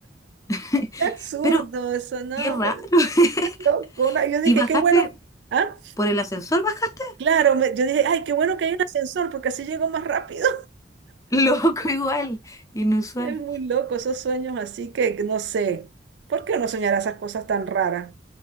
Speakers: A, on the left; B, on the right.
A: <laughs>
B: Qué absurdo
A: Pero
B: eso, ¿no?
A: qué raro.
B: Pero,
A: <laughs>
B: loco, ¿no? Yo dije,
A: ¿Y bajaste
B: qué bueno. Ah,
A: por el ascensor? ¿Bajaste?
B: claro, me- yo dije, ay, qué bueno que hay un ascensor porque así llego más rápido.
A: <laughs> Loco igual, inusual.
B: Es muy loco esos sueños, así que no sé. ¿Por qué uno soñará esas cosas tan raras?